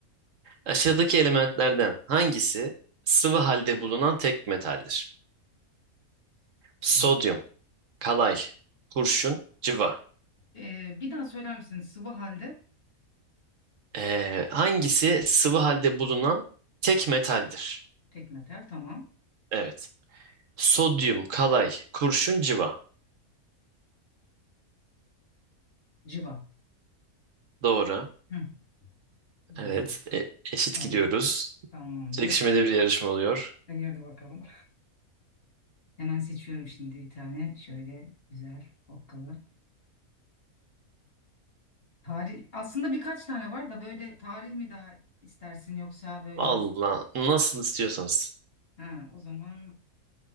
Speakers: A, on the right; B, on the left.
A: Aşağıdaki elementlerden hangisi sıvı halde bulunan tek metaldir? Sodyum,
B: Evet.
A: kalay, kurşun, cıva.
B: Ee, bir daha söyler misin? Sıvı halde
A: Ee, hangisi sıvı halde bulunan tek metaldir?
B: tek metal. Tamam.
A: Evet. Sodyum, kalay, kurşun, cıva.
B: Civa.
A: Doğru.
B: Hı. İyi
A: Evet.
B: bak.
A: E- eşit
B: Tamam.
A: gidiyoruz.
B: Tamamdır.
A: Çekişmeli bir yarışma oluyor.
B: Hayırdır bakalım. Hemen seçiyorum şimdi bir tane. Şöyle güzel okkalı. Tarih aslında birkaç tane var da böyle tarih mi daha istersin yoksa böyle
A: Valla
B: daha
A: nasıl istiyorsanız.
B: ha o zaman